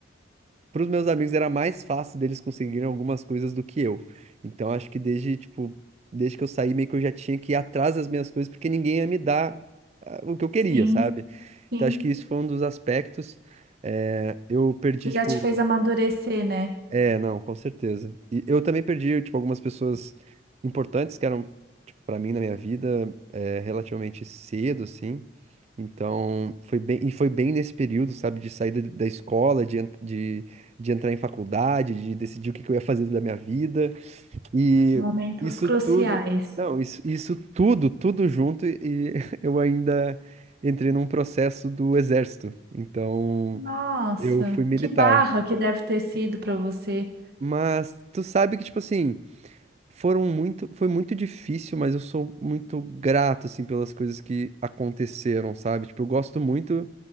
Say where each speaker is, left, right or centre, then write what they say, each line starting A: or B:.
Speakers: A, on the right; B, on the right.
A: para os meus amigos era mais fácil deles conseguirem algumas coisas do que eu. Então acho que desde, tipo, desde que eu saí, meio que eu já tinha que ir atrás das minhas coisas, porque ninguém ia me dar ah, o que eu queria,
B: Sim,
A: sabe?
B: sim.
A: Então acho que isso foi um dos aspectos. Eh, eu perdi,
B: Que já
A: tipo,
B: te fez amadurecer, né?
A: é, não, com certeza. E eu também perdi, tipo, algumas pessoas importantes que eram, tipo, pra mim na minha vida, é, relativamente cedo, assim. Então, foi bem, e foi bem nesse período, sabe, de saída da, da escola, de, en- de, de entrar em faculdade, de decidir o que que eu ia fazer da minha vida. E
B: Momentos
A: isso
B: cruciais.
A: tudo, não, isso, isso tudo, tudo junto, e <laughs> eu ainda entrei num processo do exército. Então,
B: Nossa,
A: eu fui militar.
B: que barra que deve ter sido para você.
A: Mas tu sabe que, tipo assim, foram muito, foi muito difícil, mas eu sou muito grato, assim, pelas coisas que aconteceram, sabe? Tipo, eu gosto muito